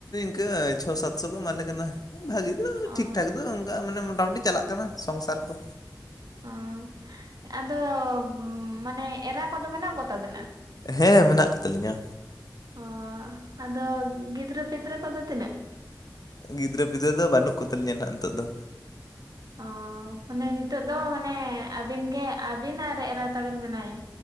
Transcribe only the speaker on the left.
ᱟᱹ ᱪᱷᱚ ᱥᱟᱛᱥᱚ ᱠᱚ ᱮᱢᱟᱞᱮ ᱠᱟᱱᱟ ᱵᱷᱟᱜᱤ ᱫᱚ
ᱴᱷᱤᱠ ᱴᱷᱟᱠ ᱫᱚ ᱚᱱᱠᱟ ᱢᱟᱱᱮ ᱢᱚᱴᱟᱢᱩᱴᱤ ᱪᱟᱞᱟᱜ ᱠᱟᱱᱟ ᱥᱚᱝᱥᱟᱨ ᱠᱚ
ᱦᱮᱸ ᱢᱮᱱᱟᱜ ᱠᱚ ᱛᱟᱞᱤᱧᱟ
ᱜᱤᱫᱽᱨᱟᱹ ᱯᱤᱫᱽᱨᱟᱹ ᱫᱚ ᱵᱟᱹᱱᱩᱜ ᱠᱚ ᱛᱟᱞᱤᱧᱟ ᱦᱟᱜ ᱱᱤᱛᱚᱜ ᱫᱚ